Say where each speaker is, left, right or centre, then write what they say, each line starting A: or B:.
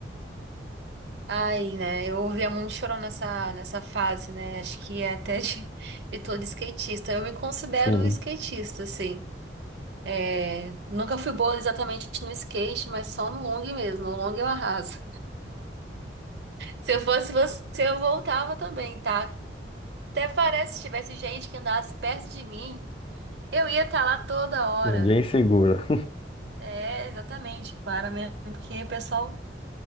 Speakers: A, on the right; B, on the left.
A: Ai, né? Eu ouvia muito chorão nessa, nessa fase, né? Acho que é até de, <laughs> de todo skatista. Eu me considero
B: Sim,
A: skatista, assim. É, nunca fui boa exatamente no skate, mas só no long mesmo. No long eu arraso. Se eu fosse você, eu voltava também, tá? Até parece se tivesse gente que andasse perto de mim, eu ia estar lá toda hora.
B: ninguém segura.
A: É, exatamente, para mesmo, porque o pessoal